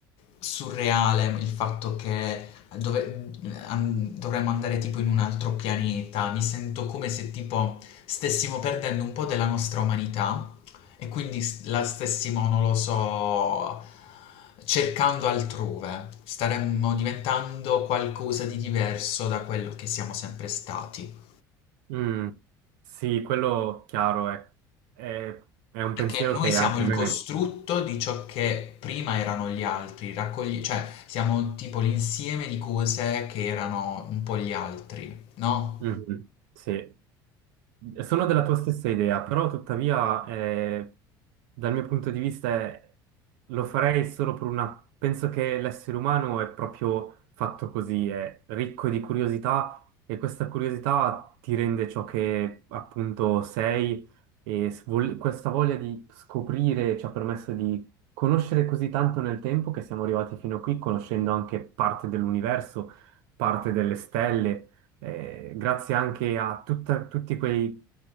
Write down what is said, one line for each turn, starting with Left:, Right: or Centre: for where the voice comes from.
Left: surreale il fatto che dove- an- dovremmo andare tipo in un altro pianeta. Mi sento come se tipo stessimo perdendo un po' della nostra umanità e quindi s- la stessimo, non lo so, cercando altrove. Staremmo diventando qualcosa di diverso da quello che siamo sempre stati.
Right: Mm, sì, quello chiaro è, è, è un
Left: Perché
Right: pensiero
Left: noi
Right: che
Left: siamo
Right: anche
Left: il
Right: a me...
Left: costrutto di ciò che prima erano gli altri, raccogli- cioè siamo tipo l'insieme di cose che erano un po' gli altri, no?
Right: Mhm, sì. Sono della tua stessa idea, però tuttavia eh, dal mio punto di vista è- lo farei solo per una... Penso che l'essere umano è proprio fatto così, è ricco di curiosità e questa curiosità ti rende ciò che appunto sei e svol- questa voglia di scoprire ci ha permesso di conoscere così tanto nel tempo che siamo arrivati fino a qui, conoscendo anche parte dell'universo, parte delle stelle eh, grazie anche a tutta- tutti quei,